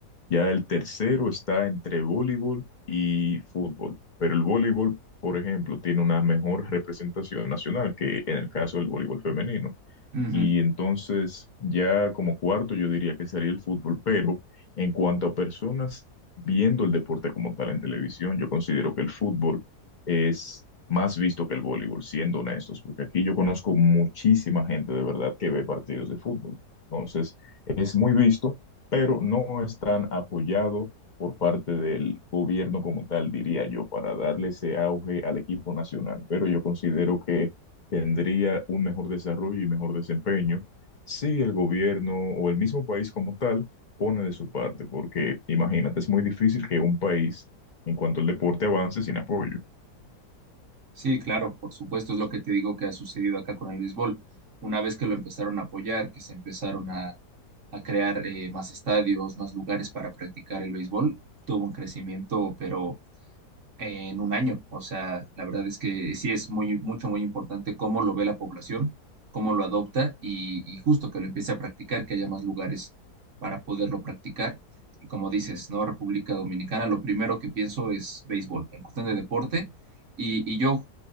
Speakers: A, on the left; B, on the right.
A: Ya el tercero está entre voleibol y fútbol, pero el voleibol, por ejemplo, tiene una mejor representación nacional que en el caso del voleibol femenino.
B: ujú.
A: Y entonces ya como cuarto yo diría que sería el fútbol, pero en cuanto a personas viendo el deporte como tal en televisión, yo considero que el fútbol es más visto que el voleibol, siendo honestos, porque aquí yo conozco muchísima gente de verdad que ve partidos de fútbol. Entonces es muy visto, pero no es tan apoyado por parte del gobierno como tal, diría yo, para darle ese auge al equipo nacional. Pero yo considero que tendría un mejor desarrollo y mejor desempeño si el gobierno o el mismo país como tal pone de su parte, porque imagínate, es muy difícil que un país en cuanto al deporte avance sin apoyo.
B: Sí, claro, por supuesto, es lo que te digo que ha sucedido acá con el béisbol. Una vez que lo empezaron a apoyar, que se empezaron a, a crear eh, más estadios, más lugares para practicar el béisbol, tuvo un crecimiento, pero en un año. O sea, la verdad es que sí es muy, mucho, muy importante cómo lo ve la población, cómo lo adopta y, y justo que lo empiece a practicar, que haya más lugares para poderlo practicar. Y como dices, ¿no? República Dominicana, lo primero que pienso es béisbol, en cuestión de deporte. Y, y yo,